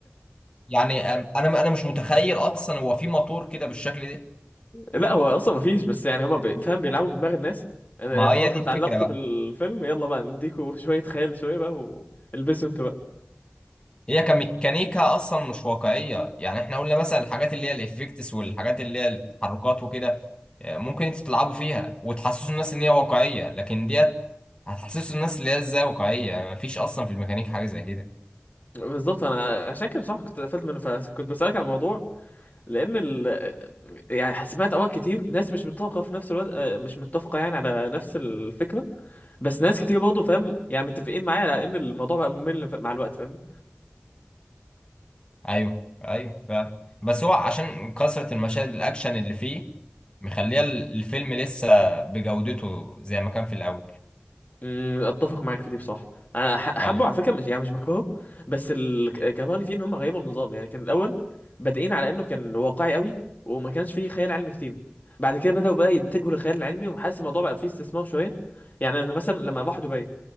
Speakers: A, on the left; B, on the left.
A: يعني آم، انا انا مش متخيل اصلا هو في موتور كده بالشكل ده
B: لا هو اصلا ما فيش بس يعني هما ب- فاهم بيلعبوا بدماغ الناس انا
A: ما
B: خلاص
A: هي دي
B: اتعلقتوا
A: الفكره
B: بالفيلم يلا بقى نديكوا شويه خيال شويه بقى والبسوا انتوا بقى
A: هي كميكانيكا اصلا مش واقعيه يعني احنا قلنا مثلا الحاجات اللي هي الافكتس والحاجات اللي هي التحركات وكده آه، ممكن انتوا تلعبوا فيها وتحسسوا الناس ان هي واقعيه لكن ديت هتحسسوا الناس اللي هي ازاي واقعيه يعني مفيش اصلا في الميكانيك حاجه زي كده
B: بالظبط انا عشان كده بصراحه كنت اتقفلت منه فكنت بسالك على الموضوع لان ال... آه، يعني سمعت اراء كتير ناس مش متفقه في نفس الوقت آه، مش متفقه يعني على نفس الفكره بس ناس كتير برضه فاهم يعني متفقين معايا على ان الموضوع بقى ممل ف- مع الوقت فاهم
A: ايوه ايوه فعلا بس هو عشان كثره المشاهد الاكشن اللي فيه مخليه الفيلم لسه بجودته زي ما كان في الاول
B: أمم، اتفق معاك في دي بصراحه انا ح- حبه
A: ايوه
B: على فكره مش يعني مش بكرهه بس ال- كرهني فيه ان هم غيروا النظام يعني كان الاول بادئين على انه كان واقعي قوي وما كانش فيه خيال علمي كتير بعد كده بداوا بقى يتجهوا للخيال العلمي وحاسس الموضوع بقى فيه استثمار شويه يعني انا مثلا لما راح دبي